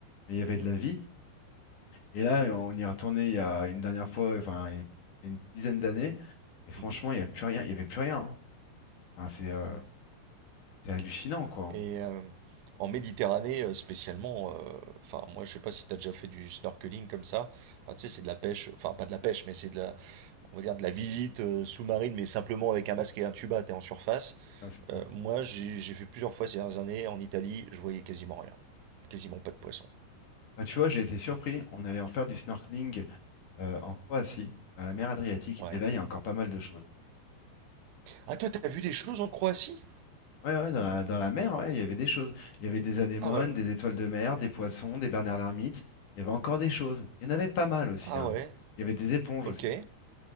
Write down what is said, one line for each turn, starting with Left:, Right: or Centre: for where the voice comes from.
Left: mais il y avait
Right: Mhm.
Left: de la vie. Et là, on y est retourné il y a une dernière fois, enfin, il y a une dizaine d'années. Et franchement,
Right: Mhm.
Left: il y a plus rien. Il y avait plus rien. hein. Enfin, c'est euh,
Right: Ouais.
Left: c'est hallucinant, quoi. hein.
Right: Et euh, en Méditerranée, euh, spécialement, euh, enfin, moi, je sais pas si tu as déjà fait du snorkeling comme ça. Enfin, tu sais, c'est de la pêche, enfin, pas de la pêche, mais c'est de la, on va dire, de la visite euh, sous-marine, mais simplement avec un masque et un tuba, t'es en surface.
Left: Ouais, c'est
Right: Euh,
Left: ça.
Right: moi, j'ai j'ai fait plusieurs fois ces dernières années en Italie, je voyais quasiment rien. Quasiment pas de poisson.
Left: Bah, tu vois, j'ai été surpris. On allait en faire du snorkeling euh, en Croatie, dans la mer Adriatique,
Right: Ouais.
Left: et là, il y a encore pas mal de choses.
Right: Ah, toi, t'as vu des choses en Croatie?
Left: Ouais, ouais, dans la, dans la mer, ouais, il y avait des choses. Il y avait des anémones,
Right: Ah ouais.
Left: des étoiles de mer, des poissons, des bernards l'ermite. Il y avait encore des choses. Il y en avait pas mal aussi,
Right: Ah
Left: hein.
Right: ouais.
Left: Il y avait des éponges
Right: Ok.
Left: aussi.